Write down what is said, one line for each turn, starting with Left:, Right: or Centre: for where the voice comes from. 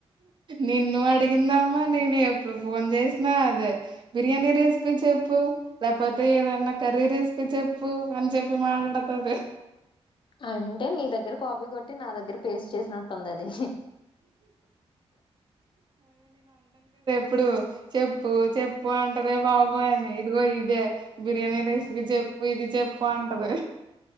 Right: నిన్ను అడిగిందమ్మా నేను ఎప్పుడు ఫోన్ చేసినా అదే బిర్యానీ రెసిపీ చెప్పు లేకపోతే ఏదన్నా క కరీ రెసిపి చెప్పు అని చెప్పి మాట్డడ్తంది
Left: అంటే నీ దగ్గర కపీ కొట్టి నా దగ్గర పేస్ట్ చేసినట్టుంది అది
Right: ఇప్పుడు చెప్పు చెప్పు అంటదే బాబో అని ఇదిగో ఇదే బిర్యానీ రెసిపీ చెప్పు ఇది చెప్పు అంటది